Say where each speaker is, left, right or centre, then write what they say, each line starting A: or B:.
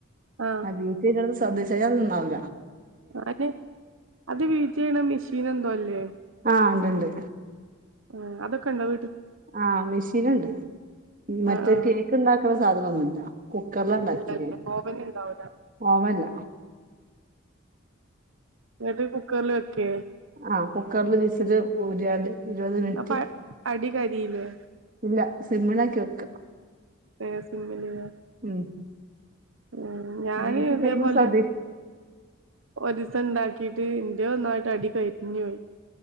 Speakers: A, on the right; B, on the right.
A: ആഹ്
B: അ വീട്ടിന്ന് ശ്രെദ്ധിച്ചിട്ടൊന്നും ഉണ്ടാവില്ല
A: അനെ അത് വീറ്റ് ചെയ്യണ മെഷീൻ ഉണ്ടല്ലോ
B: ആ ഉണ്ട്ണ്ട്
A: ആ അതൊക്കെങ്ങൾ
B: ആ മേഷനുണ്ട് മറ്റേ
A: ആഹ് ആഹ്
B: കേക്ക് ഇണ്ടാ ഇപ്പൊ സാധനൊന്നുല്ലാ കുക്കറില ഉണ്ടാക്കിയത്
A: ഇല്ലല്ലേ ഓവൻ ഇണ്ടാവൂല
B: ഓവല്ല
A: എന്നിട്ട് കുക്കറിലക്കിയോ
B: ആ കുക്കറിൽ വിസ്സിൽ വാര്യാണ്ട് ഇരുപത് മിനിറ്റ്
A: അപ്പ അടി കരിയില്ലേ
B: ഇല്ല സിമ്മിൽ ഓക്കെ ക്കെ
A: ലോ സിമ്മിലിടുക
B: ഉം
A: ഉ ഞാന്
B: വീട്ടിൽ
A: ഇതേപോലെ
B: ഫേമസ് അത്
A: ഒരൂസം ഉണ്ടാക്കി ക്കീട്ട് ഇത്‌ നന്നായിട്ട് അടി കരിഞ്ഞുപോയി